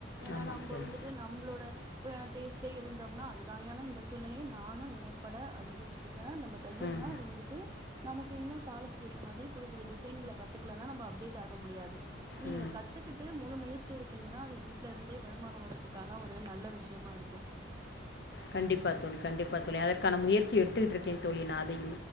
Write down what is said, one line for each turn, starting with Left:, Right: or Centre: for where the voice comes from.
Right: ஏனா
Left: ஆமாம்
Right: நம்ப
Left: தோழி
Right: வந்துட்டு நம்ளோட ப்ப டேஸ் கே இருந்தம்னா அது தா ஏனா இந்த சூழ்நெலைய நானு நேர்ப த அனுபவிச்சிருக்கே நம்ம தையல்னா
Left: ம்
Right: அத வந்துட்டு நமக்கு இன்னு காலத்துக்கு ஏற்ற மாதி புது புது டிசைன்க்ள கத்துக்லனா நம்ப அப்டேட் ஆக முடியாது நீங்க
Left: ம்
Right: கத்துக்கிட்டு முழு முயற் ச்சி எடுத்தீங்கன்னா அது வீட்லருந்தே வருமானோ வர்றதுக்கான ஒரு நல்ல விஷ்யமாருக்கு
Left: கண்டிப்பா தோழி கண்டிப்பா தோழி அதற்கான முயற்சி எடுத்துகிட்ருக்கே தோழி நா அதயு